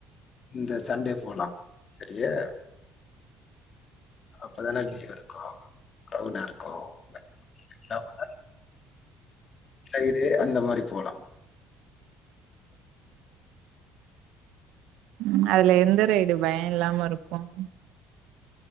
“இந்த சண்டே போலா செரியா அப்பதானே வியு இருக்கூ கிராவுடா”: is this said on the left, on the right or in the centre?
Left